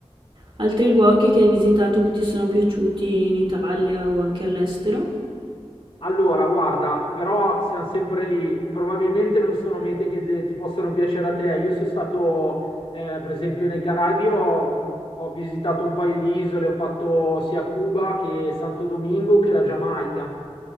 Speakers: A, on the right (about 50°); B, on the left (about 55°).
A: Altri luoghi che hai visitato che ti sono piaciuti in Italia o anche all'estero?
B: Allora, guarda, però siamo sempre lì. Probabilmente non sono mete che eh, ti possano piacere a te. Io sono stato, eh, per esempio, nei Caraibi, ho, ho visitato un paio di isole, ho fatto sia Cuba che Santo Domingo che la Giamaica.